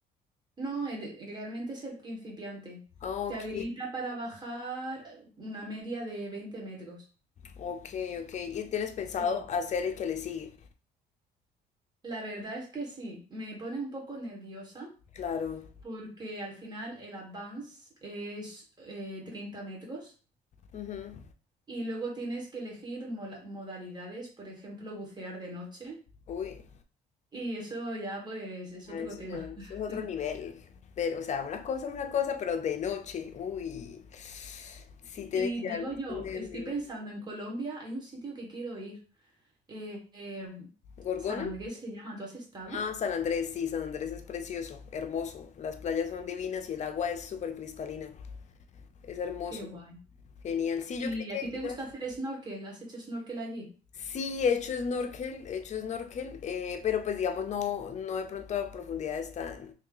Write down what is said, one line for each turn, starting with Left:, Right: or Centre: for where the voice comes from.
Right: No, eh, realmente es el principiante.
Left: Ah,
Right: Te
Left: ok,
Right: habilita para bajar una media de 20 metros.
Left: ok, ok. Y tienes pensado
Right: Sí.
Left: hacer el que le sigue.
Right: La verdad es que sí, me pone un poco nerviosa
Left: Claro.
Right: porque al final el advance es eh, 30 metros
Left: Ujú.
Right: y luego tienes que elegir mola- modalidades, por ejemplo, bucear de noche
Left: Uy,
Right: y eso ya pues es
Left: ah,
Right: otro
Left: eso
Right: tema.
Left: ya,
Right: <laughs>
Left: eso es otro nivel. Pero, o sea, una cosa es una cosa, pero de noche. Uy, sí tiene
Right: Y
Left: que
Right: digo
Left: dar muchos
Right: yo,
Left: nervios.
Right: estoy pensando en Colombia, hay un sitio que quiero ir, eh, eh,
Left: ¿Gorgona?
Right: San Andrés se llama, ¿tú has estado?
Left: Ah, San Andrés, sí, San Andrés es precioso, hermoso. Las playas son divinas y el agua es súper cristalina. Es hermoso.
Right: Qué guay.
Left: Genial. Sí,
Right: ¿Y
Left: yo creo
Right: a ti
Left: que
Right: te
Left: quizás
Right: gusta hacer snorkel? ¿Has hecho snorkel allí?
Left: sí he hecho snorkel, he hecho snorkel, eh, pero pues digamos no, no de pronto a profundidades tan,